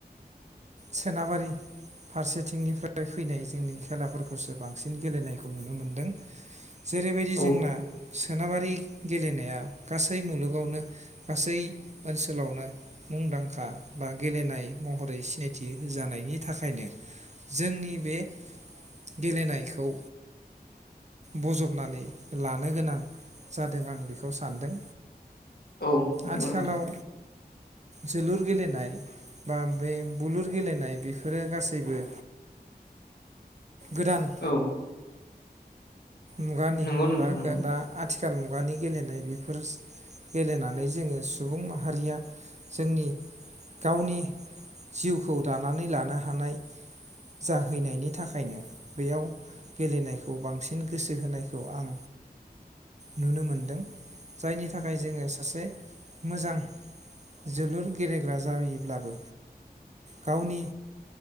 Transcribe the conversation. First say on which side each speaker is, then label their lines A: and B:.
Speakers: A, on the right; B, on the left.
A: सोनाबारि फारसेथिंनिफ्राय फैनाय जोंनि खेलाफोरखौसो बांसिन गेलेनायखौ नुनो मोनदों। जेरैबायदि
B: औ
A: जोंना। सोनाबारि गेलेनाया गासै मुलुगावनो गासै ओनसोलावनो मुंदांखा बा गेलेनाय महरै सिनायथि। थि जानायनि थाखायनो जोंनि बे गेलेनायखौ बजबनानै लानो गोनां जादों आं बेखौ सानदों।
B: औ नंगौ
A: आथिखालाव
B: नोंथां।
A: जोलुर गेलेनाय बा बे। बुलुर गेलेनाय बेफोरो गासैबो। गोदान।
B: औ
A: मुगानि
B: नंगौ नोंथां
A: बा
B: नंगौ
A: दा आथिखाल मुगानि गेलेनाय बेफोर गेलेनानै जोङो सुबुं माहारिया जोंनि गावनि जिउखौ दानानै लानो हानाय जाहैनायनि थाखायनो बेयाव गेलेनायखौ बांसिन। गोसो होनायखौ आं नुनो मोनदों जायनि थाखाय जोङो सासे मोजां जोलुर गेलेग्रा जायोब्लाबो गावनि